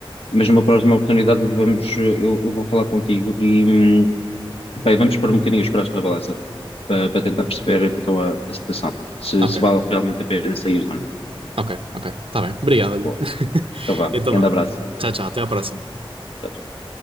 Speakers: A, on the left; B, on the right.
A: mas numa próxima oportunidade vamos, eh, eu, eu vou falar contigo e hum, bem, vamos pôr um bocadinho os pratos na balança para, para tentar perceber então a, a situação, se,
B: Ok,
A: se vale realmente a pena sair ou não.
B: ok, ok, está bem, obrigado, olha.
A: Bom,
B: <laughs>
A: então vá,
B: Então
A: grande
B: vá,
A: abraço.
B: tchau, tchau, até à próxima.
A: Tchau, tchau.